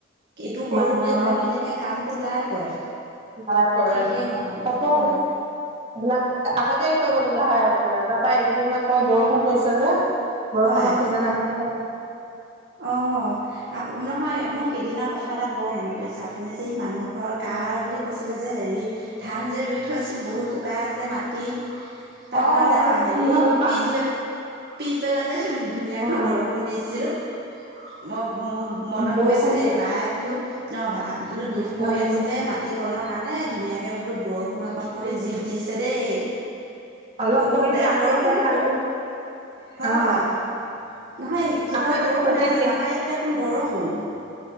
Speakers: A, on the right; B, on the right.
A: এইটো
B: মানুহৰ
A: কৰোঁ বুলি ভাবিলেহে কামটো ওলাই পৰে।
B: ওলাই পৰে,
A: শেষেই নহয় দিয়ক
B: তাকে এইবিলাক
A: হয়
B: আগতেই কৰিবলগীয়া হৈ আছিলে, তাপা এইকেইদিন আকৌ বৰষুণ পৰিছে যে। বৰষুণৰ
A: হয়
B: ছিজন আহিছে।
A: অ আ নহয় মোৰ সিদিনা কথা এটা বৰ মনত পৰিছে আপুনি যে ই মানুহ ঘৰৰ কা কাৰ বুলি কৈছিলে যে হেৰি, ধান যে ৰুই থৈছিল বহুত শুকাই আছিলে মাটি। তাৰ
B: অ
A: পৰা যা হেৰি,
B: কি হ'ল পাম
A: পিছবেল পিছবেলা যে ধুনীয়াকে
B: অ
A: বৰষুণ দিছিল। ম-মোক মনত
B: বৰষুণটো
A: পৰিছে দেই, বাইয়ে বোলো অ বা বোলো
B: অ',
A: দুখ কৰি আছিলে মাটিকণৰ কাৰণে ধুনীয়াকৈ বোলো বৰষুণ অকণ পৰি যি দিছে দেই,
B: অলপ
A: বহুত
B: পৰিলে আকৌ
A: বৰষুণটো
B: এতিয়া কালি
A: পু হয়,
B: অ
A: নহয় সিফালে
B: আকৌ এতিয়াতো
A: বৰষু
B: ৰ'দে
A: নাই জানো আমাৰ ইয়াতে দেখোন বৰষুণ।